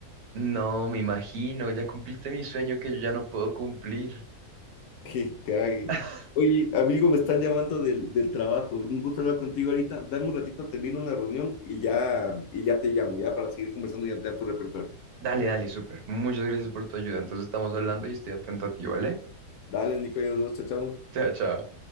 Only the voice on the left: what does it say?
<laughs> Qué cague.
Oye, amigo, me están llamando del, del trabajo. Un gusto hablar contigo ahorita. Dame un ratito, termino una reunión y ya, y ya te llamo, ya para seguir conversando y ampliar tu repertorio.
Dale, Nico, ya nos vemos, chao, chao.